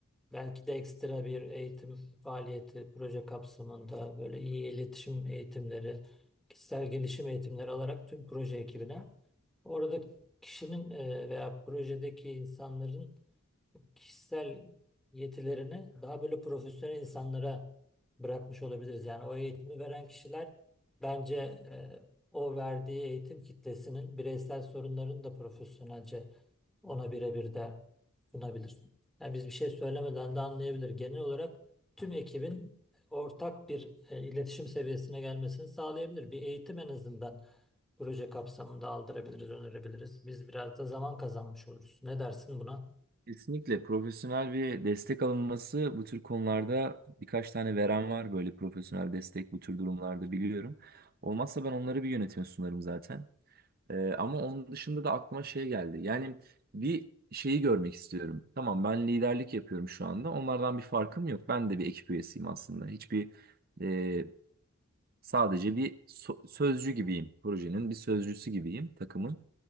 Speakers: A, in the centre; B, on the right.
A: belki de ekstra bir eğitim faaliyeti proje kapsamında böyle iyi iletişim eğitimleri, kişisel gelişim eğitimleri alarak tüm proje ekibine orada kişinin e, veya projedeki insanların kişisel yetilerini daha böyle profesyonel insanlara bırakmış olabiliriz. Yani o eğitimi veren kişiler bence e, o verdiği eğitim kitlesinin bireysel sorunlarını da profesyonelce ona birebir de sunabilir. Yani biz bir şey söylemeden de anlayabilir. Genel olarak tüm ekibin ortak bir e, iletişim seviyesine gelmesini sağlayabilir. Bir eğitim en azından proje kapsamında aldırabiliriz, önerebiliriz. Biz biraz da zaman kazanmış oluruz. Ne dersin buna?
B: Kesinlikle profesyonel bir destek alınması bu tür konularda birkaç tane veren var böyle profesyonel destek bu tür durumlarda biliyorum. Olmazsa ben onları bir yönetime sunarım zaten. Ee, ama onun dışında da aklıma şey geldi. Yani bir şeyi görmek istiyorum. Tamam ben liderlik yapıyorum şu anda. Onlardan bir farkım yok. Ben de bir ekip üyesiyim aslında. Hiçbir e, sadece bir so- sözcü gibiyim. Projenin bir sözcüsü gibiyim takımın.